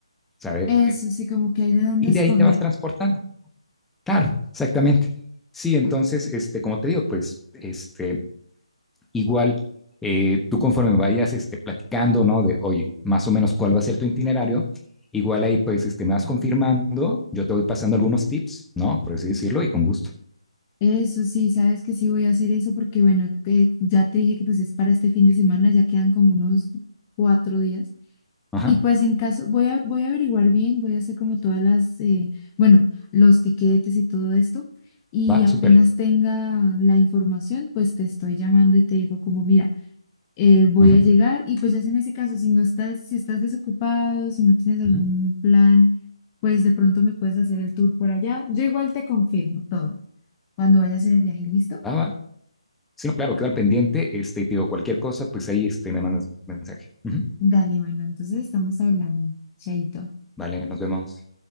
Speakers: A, in the centre; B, on the left (about 25°).
A: ¿sabes?
B: Eso sí, como que hay de dónde
A: Y
B: escoger.
A: de ahí te vas transportando. Claro, exactamente. Sí, entonces, este, como te digo, pues, este, igual, eh, tú conforme vayas, este, platicando, ¿no? De, oye, más o menos cuál va a ser tu itinerario, igual ahí, pues, este, me vas confirmando, yo te voy pasando algunos tips, ¿no? Por así decirlo, y con gusto.
B: Eso sí, sabes que sí voy a hacer eso porque, bueno, que ya te dije que pues es para este fin de semana, ya quedan como unos cuatro días.
A: Ajá,
B: Y pues en caso, voy a, voy a averiguar bien, voy a hacer como todas las, eh, bueno, los tiquetes y todo esto. Y
A: va,
B: apenas
A: súper.
B: tenga la información, pues te estoy llamando y te digo como, mira, eh, voy
A: Ujú,
B: a llegar. Y pues ya es en ese caso, si no estás, si estás desocupado, si no tienes algún
A: ujú.
B: plan, pues de pronto me puedes hacer el tour por allá. Yo igual te confirmo todo. Cuando vaya a hacer el viaje, ¿listo?
A: Va, va. Sí, no, claro, quedo al pendiente. Este, y te digo, cualquier cosa, pues ahí este, me mandas mensaje. Ujú.
B: Dale, bueno, entonces estamos hablando. Chaito.
A: Vale, nos vemos.